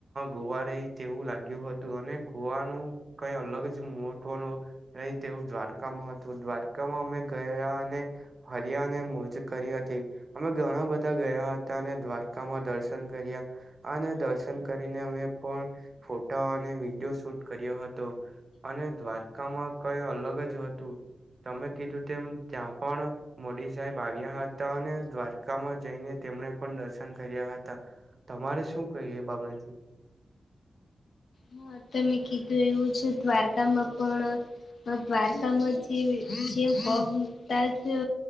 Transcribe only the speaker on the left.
હ તમે કીધું એવું છે દ્વારકામાં પણ દ્વારકામાં જે જેમ પગ મુકતા જ અ